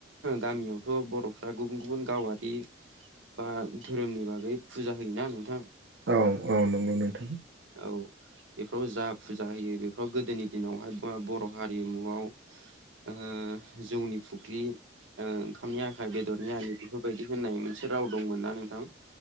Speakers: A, on the right; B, on the right.
A: गामियावथ' बर'फ्रा गुबुन गुबुन गावारि बा धोरोमनि बागै फुजा होयोना नोंथां
B: औ औ नंगौ नोंथां।
A: औ। बेफोराव जा फुजा होयो बेफोराव गोदोनि दिनावहाय बर' हारिमुआव ओ जौनि फुख्रि ओ ओंखा मनि आखाइ बेदरनि आलि बेफोरबायदि होननाय मोनसे राव दंमोन ना नोंथां